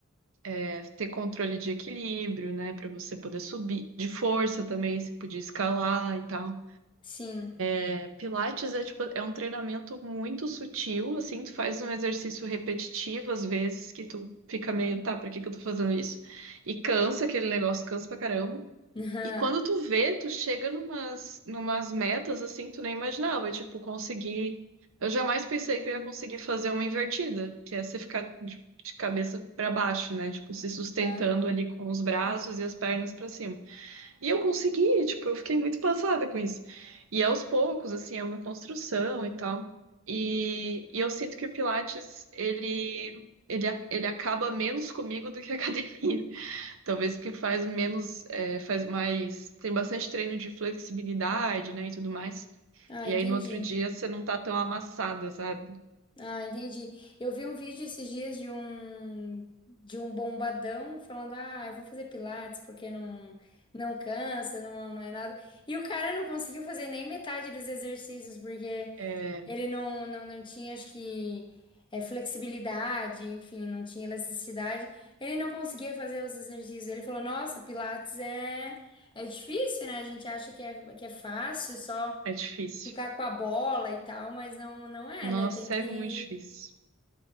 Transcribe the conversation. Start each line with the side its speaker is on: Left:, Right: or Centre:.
Right: é, ter controle de equilíbrio, né? Para você poder subir, de força também, você podia escalar e tal.
Left: Sim.
Right: É, Pilates é tipo, é um treinamento muito sutil, assim, tu faz um exercício repetitivo às vezes, que tu fica meio, tá, pra que que eu tô fazendo isso? E cansa aquele negócio, cansa pra caramba.
Left: <laughs>
Right: E quando tu vê, tu chega numas, numas metas assim, tu nem imaginava, tipo, conseguir. Eu jamais pensei que eu ia conseguir fazer uma invertida, que é você ficar de, de cabeça pra baixo, né? Tipo, se sustentando
Left: Ah,
Right: ali com os braços e as pernas pra cima. E eu consegui, tipo, eu fiquei muito passada com isso. E aos poucos, assim, é uma construção e tal. E, e eu sinto que o Pilates, ele, ele, ele acaba menos comigo do que a <laughs> academia. Talvez porque faz menos, é, faz mais, tem bastante treino de flexibilidade, né, e tudo mais.
Left: ah,
Right: E
Left: entendi.
Right: aí no outro dia você não tá tão amassada, sabe?
Left: Ah, entendi. Eu vi um vídeo esses dias de um de um bombadão falando: "Ah, eu vou fazer pilates porque não não cansa, não, não é nada". E o cara não conseguiu fazer nem metade dos exercícios porque
Right: É,
Left: ele não não, não tinha, acho que é, flexibilidade, enfim, não tinha elasticidade. Ele não conseguia fazer os exercícios. Ele falou: "Nossa, pilates é é difícil, né? A gente acha que é que é fácil só
Right: é difícil.
Left: ficar com a bola e tal, mas não não é,
Right: Nossa,
Left: né? Tem que
Right: é muito difícil.